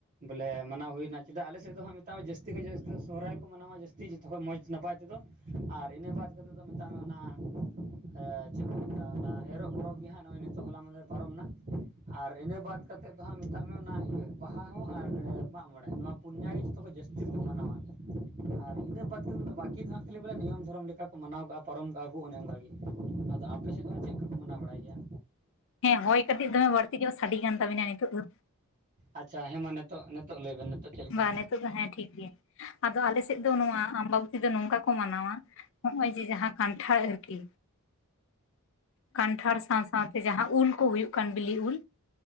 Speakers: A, on the right; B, on the left.
A: ᱵᱚᱞᱮ ᱢᱟᱱᱟᱣ ᱦᱩᱭᱮᱱᱟ ᱪᱮᱫᱟᱜ ᱟᱞᱮᱮᱥᱮᱫ ᱫᱚ ᱦᱟᱸᱜ ᱢᱮᱛᱟᱜ ᱢᱮ ᱡᱟᱹᱥᱛᱤ ᱠᱷᱚᱡ ᱡᱟᱹᱥ ᱫᱚ ᱥᱚᱦᱚᱨᱟᱭ ᱠᱚ ᱢᱟᱱᱟᱣᱟ ᱡᱟᱹᱥᱛᱤ ᱡᱚᱛᱚᱠᱷᱚᱡ ᱢᱚᱡᱽ ᱱᱟᱯᱟᱭ ᱛᱮᱫᱚ ᱾ ᱟᱨ ᱤᱱᱟᱹ ᱵᱟᱫ ᱠᱟᱛᱮ ᱫᱚ ᱢᱮᱛᱟᱜ ᱢᱮ ᱚᱱᱟ ᱾ ᱪᱮᱫ ᱠᱚ ᱢᱮᱛᱼᱟ ᱮᱨᱚᱜ ᱯᱚᱨᱚᱵᱽ ᱜᱮ ᱦᱟᱸᱜ ᱱᱚᱜᱼᱚᱭ ᱱᱤᱛᱚᱜ ᱦᱚᱞᱟ ᱢᱟᱦᱫᱮᱨ ᱯᱟᱨᱟᱢ ᱮᱱᱟ ᱾ ᱟᱨ ᱤᱱᱟᱹ ᱵᱟᱫᱽ ᱠᱟᱛᱮᱫ ᱫᱚ ᱦᱟᱸᱜ ᱢᱮᱛᱟᱜ ᱢᱮ ᱚᱱᱟ ᱤᱭᱟᱹ ᱵᱟᱦᱟ ᱦᱟᱸᱜ ᱟᱨ ᱢᱟᱜ ᱢᱚᱬᱮ ᱯᱩᱱᱭᱟᱹ ᱜᱮ ᱡᱚᱛᱚ ᱠᱦᱚᱡ ᱡᱟᱹᱥᱛᱤ ᱫᱚᱠᱚ ᱢᱟᱱᱟᱣᱟ ᱟᱨ ᱤᱱᱟᱹ ᱵᱟᱫᱽ ᱛᱮᱫᱚ ᱵᱟᱹᱠᱤ ᱫᱚ ᱦᱟᱸᱜ ᱠᱷᱟᱹᱞᱤ ᱵᱚᱞᱮ ᱱᱤᱭᱚᱢ ᱫᱷᱚᱨᱚᱢ ᱞᱮᱠᱟ ᱠᱚ ᱢᱟᱱᱟᱣ ᱠᱟᱜᱼᱟ ᱯᱟᱨᱚᱢᱠᱟᱜᱼᱟ ᱠᱚ ᱚᱱᱮ ᱚᱱᱠᱟ ᱜᱮ ᱾ ᱟᱫᱚ ᱟᱯᱮ ᱥᱮᱫ ᱦᱚᱸ ᱪᱮᱫ ᱠᱚᱠᱚ ᱢᱟᱱᱟᱣ ᱵᱟᱲᱟᱭ ᱜᱮᱭᱟ?
B: ᱦᱮᱸ ᱦᱚᱭ ᱠᱟᱹᱴᱤᱡ ᱫᱚᱢᱮ ᱵᱟᱹᱲᱛᱤ ᱠᱮᱫᱟ ᱥᱮ ᱥᱟᱰᱮ ᱠᱟᱱ ᱛᱟᱵᱤᱱᱟ ᱱᱤᱛᱚᱜ ᱫᱚ ᱾
A: ᱟᱪᱪᱷᱟ ᱾ ᱦᱮᱸ ᱢᱟ ᱱᱤᱛᱚᱜ ᱱᱤᱛᱚᱜ ᱞᱟᱹᱭ ᱵᱮᱱ ᱱᱤᱛᱚᱜ ᱪᱮᱫ ᱞᱮᱠᱟ
B: ᱵᱟᱝ ᱱᱮᱛᱚᱜ ᱫᱚ ᱦᱮᱸ ᱴᱷᱤᱠ ᱜᱮᱭᱟ ᱾ ᱟᱫᱚ ᱟᱞ ᱥᱮᱫ ᱫᱚ ᱱᱚᱣᱟ ᱟᱢᱵᱟᱵᱚᱛᱤ ᱫᱚ ᱱᱚᱝᱠᱟ ᱠᱚ ᱢᱟᱱᱟᱣᱟ ᱱᱚᱜᱼᱚᱭ ᱡᱮ ᱡᱟᱦᱟᱸ ᱠᱟᱱᱴᱷᱟᱲ ᱟᱨᱠᱤ ᱠᱟᱱᱴᱷᱟᱲ ᱥᱟᱶ ᱥᱟᱶᱛᱮ ᱡᱟᱦᱟᱸ ᱩᱞ ᱠᱚ ᱦᱩᱭᱩᱜ ᱠᱟᱱ ᱵᱤᱞᱤ ᱩᱞ